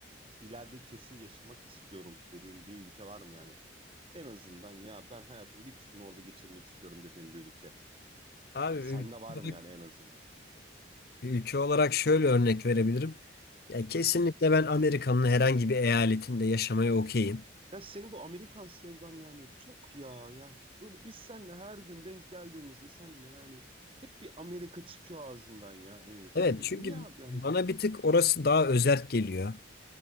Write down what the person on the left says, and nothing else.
Abi
ülke
olarak
Ülke olarak şöyle örnek verebilirim. Ya kesinlikle
ben Amerika'nın herhangi bir eyaletinde yaşamaya okeyim.
Evet çünkü
bana
bir tık orası daha özerk geliyor.